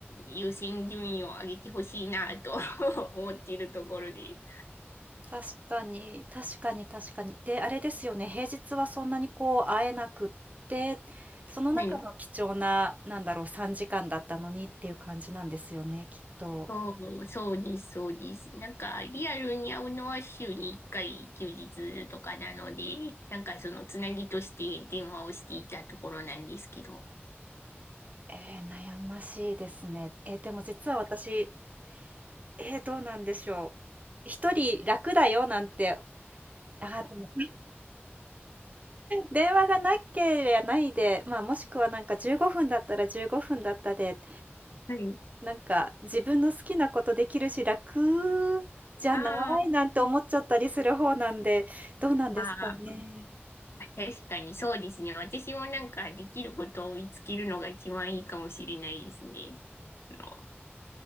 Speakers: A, on the left; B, on the right.
A: 優先順位を上げてほしいなと <laughs> 思っているところで。
B: 確かに、確かに、確かに。で、あれですよね。平日はそんなにこう会えなくって、その中の貴重な、
A: はい。
B: なんだろう、3時間だったのにっていう感じなんですよね、きっと。
A: そう、そうです、そうです。なんか、リアルに会うのは週に1回休日とかなので、なんかそのつなぎとして電話をしていたところなんですけど。
B: えー、悩ましいですね。えーでも実は私、えー、どうなんでしょう。一人楽だよなんて、あー、でも電話がなければないで、まあ、もしくはなんか15分だったら15分だったで、
A: はい。
B: なんか自分の好きなことできるし、楽じゃないなんて思っちゃったりする方なんで、
A: あー
B: どうなんですかね。
A: あー。確かにそうですね。私もなんかできることを見つけるのが一番いいかもしれないですね。あの、